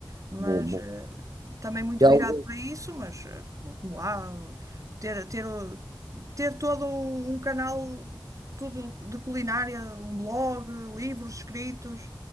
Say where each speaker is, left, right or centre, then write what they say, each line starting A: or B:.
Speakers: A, on the right; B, on the right.
A: Mas
B: Bom, bom.
A: eh, também muito
B: E alguns,
A: virado para isso, mas eh, como, como há, ter, ter, o- ter todo um, um canal, tudo de culinária, um blog, livros escritos,